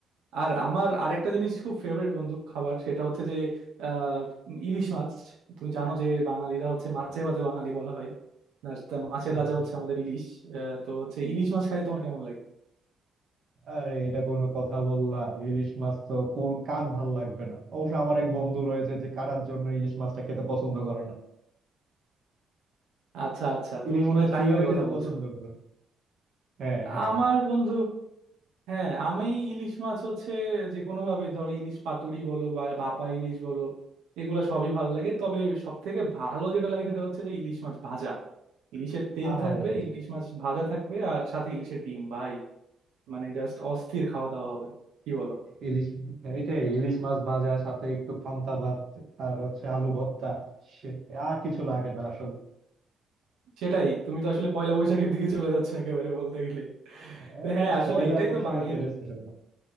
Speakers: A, on the right; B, on the right.
A: আর আমার আরেকটা জিনিস খুব ফেভারিট বন্ধু খাবার সেটা হচ্ছে যে আহ ইলিশ মাছ তুমি জানো যে বাঙালিরা হচ্ছে মাছে ভাতে বাঙালি বলা হয় আর তা মাছের
B: হুম,
A: রাজা
B: হুম।
A: হচ্ছে আমাদের ইলিশ আহ, তো হচ্ছে ইলিশ মাছ খাইতে তোমার কেমন লাগে
B: আরে এটা কোনো কথা বললা ইলিশ মাছ তো কোর- কার ভাল লাগবে না অবশ্য আমার এক বন্ধু রয়েছে যে কাটার জন্য ইলিশ মাছটা খেতে পছন্দ করে না
A: আচ্ছা আচ্ছা
B: ইলিশ
A: তুমি মনে
B: মাছ
A: হয় তাহিমের
B: কিভাবে
A: কথা
B: খেতে
A: বলছো
B: পছন্দ করে হ্যাঁ হ্যাঁ
A: আমার বন্ধু হ্যাঁ আমি ইলিশ মাছ হচ্ছে যে কোনো ভাবে ধরো ইলিশ পাতুরি বলো বা ভাপা ইলিশ বলো এগুলো সবই ভালো লাগে তবে সব থেকে ভালো যেটা লাগে সেটা হচ্ছে যে ইলিশ মাছ ভাজা ইলিশের তেল
B: আরে
A: থাকবে ইলিশ মাছ ভাজা থাকবে আর সাথে ইলিশের ডিম ভাই মানে জাস্ট অস্থির খাওয়া দাওয়া হবে কি বলো
B: ইলিশ এটাই ইলিশ মাছ ভাজা সাথে একটু পান্তা ভাত আর হচ্ছে আলু ভর্তা সে আর কিছু লাগে না আসলে
A: সেটাই তুমি তো আসলে পয়লা বৈশাখের দিকে চলে যাচ্ছ একেবারে বলতে গেলে
B: এ,
A: তো হ্যাঁ আসলে
B: পয়লা
A: এটাই
B: বৈশাখে
A: তো বাঙালির
B: তো এটা স্পেশাল